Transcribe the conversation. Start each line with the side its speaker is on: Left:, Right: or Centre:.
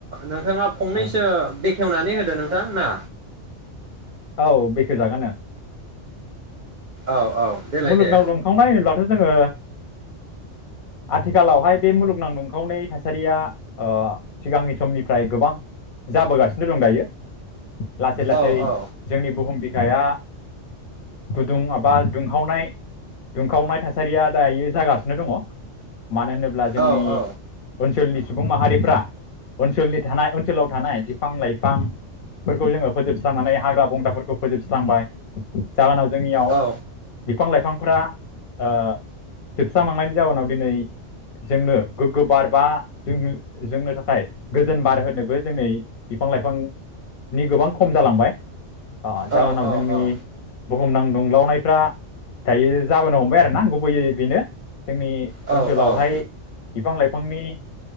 Right: नोंथाङा
Left: जोङो।
Right: फंनैसो खेवनानै होदो नोंथां ना?
Left: औ बेखेव जागोन।
Right: औ औ देलाय
Left: मुलुगनाव
Right: दे
Left: दंखांनाय होनोबथ' जोङो आथिखालावहाय बे मुलुगनां दंखावनै थासारिया सिगांनि समनिफ्राय गोबां जाबोगासिनो दंजायो लासै लासै
Right: औ औ
Left: बुहुम बिखाया गुदुं एबा दुंहावनाय दुंखावनाय थासारिया दाायो जागासिनो दङ मानो होनोब्ला जोंनि
Right: औ औ
Left: ओनसोलनि सुबुं माहारि फोरा ओनसोलनि थानाय ओनसोलाव थानाय बिफां लाइफांफोरखौ जोङो फोजोबस्रांनानै हाग्रा बंग्राफोरखौ फोजोबस्रांबाय जाहोनाव जोंनियाव
Right: औ
Left: बिफां लाइफांफोरा ओ जोबस्रां लांनायनि जाउनाव दिनै जोंनो गोग्गो बार बा जोंनो थाखाय गोजोन बार होनोबो दिनै बिफां लाइफांनि गोबां खम जालांबाय
Right: औ
Left: जाहोनाव
Right: औ
Left: जोंनि
Right: औ
Left: बहु बुहुमनां दुंलावनायफ्रा दायो जाबोनो हमबाय आरो ना गुबैयै बेनो जोंनि
Right: औ
Left: ओनसोलावहाय
Right: औ
Left: बिफां लाइफांनि